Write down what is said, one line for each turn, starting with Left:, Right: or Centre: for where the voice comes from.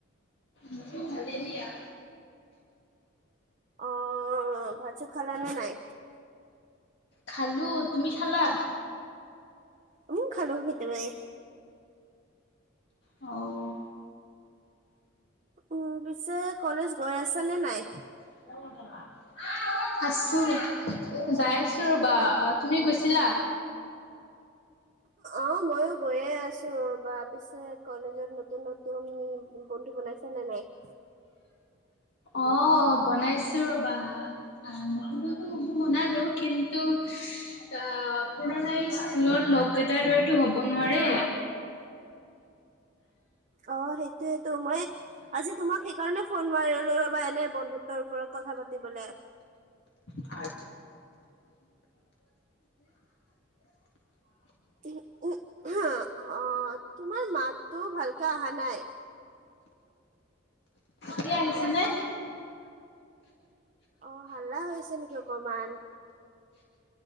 Left: মোৰো ভালে দিয়া
Right: অ ভাত চাত খালানে নাই?
Left: খালো তুমি খালা
Right: উম খালো কেতিয়াবাই
Left: অও
Right: উম, পিছে কলেজ গৈ আছা নে নাই?
Left: <unintelligible> <unintelligible> আছোঁ যায় আছোঁ ৰ'বা, তুমি গৈছিলা?
Right: অ', ময়ো গৈয়ে আছ ৰ'বা পিছে কলেজত নতুন নতুন বন্ধু বনাইছে নে নাই? <inaudible>
Left: অ', বনাইছো ৰ'বা। <unintelligible> বনালো কিন্তু অ', পুৰণা স্কুলৰ লগ কেইটাৰ দৰেটো হ'ব নোৱাৰে।
Right: অ', সেইটোৱেটো মই আজি তোমাক সেইকাৰণে ফোন মাৰিলো ৰ'বা এনে বন্ধুত্ব তৰ ওপৰত কথা পাতিবলে।
Left: <unintelligible> <unintelligible>
Right: অ', তোমাৰ মাততো ভালকে অহা নাই।
Left: সি আহিছেনে?
Right: অ', হাল্লা হৈছে নেকি অকমান?